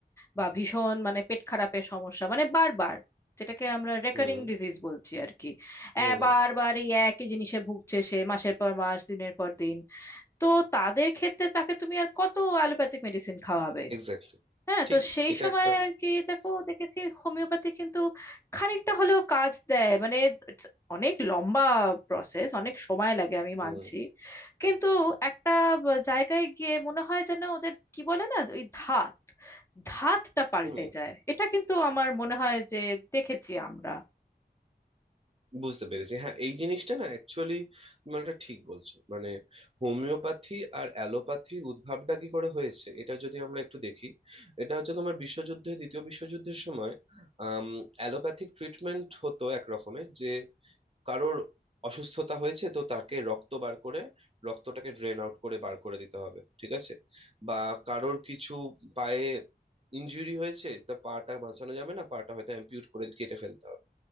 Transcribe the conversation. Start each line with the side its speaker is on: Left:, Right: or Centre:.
Left: বা ভীষণ মানে পেট খারাপের সমস্যা মানে বারবার যেটাকে আমরা রেকারিং
Right: হুম
Left: ডিজিজ বলছি আর কি
Right: হুম
Left: এ, বারবার এই একই জিনিসে ভুগছে সে মাসের পর মাস দিনের পর দিন তো তাদের ক্ষেত্রে তাকে তুমি আর কত অ্যালোপ্যাথিক মেডিসিন খাওয়াবে
Right: এক্স্যাক্টলি
Left: হ্যাঁ
Right: ঠিক
Left: তো সেই
Right: এটা
Left: সময়
Right: একটা
Left: আর কি দেখো দেখেছি হোমিওপ্যাথি কিন্তু খানিকটা হলেও কাজ দেয় মানে it's অনেক লম্বা প্রসেস অনেক সময় লাগে আমি
Right: হুম
Left: মানছি কিন্তু একটা ব- জায়গায় গিয়ে মনে হয় যেন ওদের কি বলে না ওই ধাত ধাতটা পাল্টে
Right: হুম
Left: যায় এটা কিন্তু আমার মনে হয় যে দেখেছি আমরা
Right: বুঝতে পেরেছি হ্যাঁ এই জিনিসটা না অ্যাকচুয়ালি মানে এটা ঠিক বলছো মানে হোমিওপ্যাথি আর অ্যালোপ্যাথির উদ্ভবটা কি করে হয়েছে এটা যদি আমরা একটু দেখি এটা হচ্ছে তোমার বিশ্বযুদ্ধে দ্বিতীয় বিশ্বযুদ্ধের সময় আম অ্যালোপ্যাথিক ট্রিটমেন্ট হতো এক রকমের যে কারোর অসুস্থতা হয়েছে তো তাকে রক্ত বার করে রক্তটাকে ড্রেন আউট করে বার করে দিতে হবে ঠিক আছে বা কারোর কিছু পায়ে ইনজুরি হয়েছে তা পাটা বাঁচানো যাবে না পাটা হয়তো অ্যাম্পিউট করে কেটে ফেলতে হবে